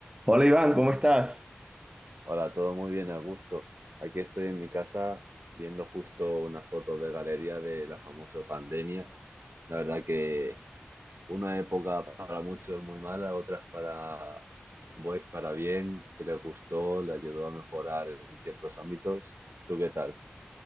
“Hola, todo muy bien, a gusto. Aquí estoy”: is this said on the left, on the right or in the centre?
Right